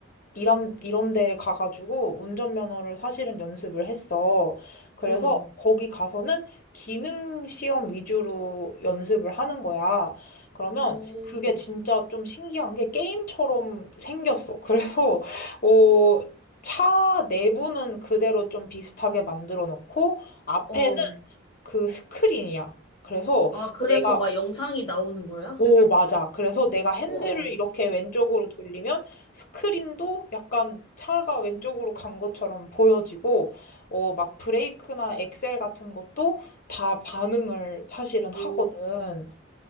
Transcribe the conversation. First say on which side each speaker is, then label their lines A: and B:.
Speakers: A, on the left; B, on the left.
A: 이런, 이런 데 가가지고 운전면허를 사실은 연습을 했어. 그래서
B: 응,
A: 거기 가서는 기능 시험 위주로 연습을 하는 거야. 그러면
B: 오,
A: 그게 진짜 좀 신기한 게 게임처럼 생겼어. 그래서, <laughs> 어, 차 내부는 그대로 좀 비슷하게 만들어 놓고 앞에는
B: 어.
A: 그 스크린이야. 그래서
B: 아, 그래서
A: 내가
B: 막 영상이 나오는 거야?
A: 오, 맞아. 그래서 내가 핸들을
B: 우와,
A: 이렇게 왼쪽으로 돌리면 스크린도 약간 차가 왼쪽으로 간 것처럼 보여지고, 어, 막 브레이크나 엑셀 같은 것도 다 반응을 사실은
B: 오.
A: 하거든.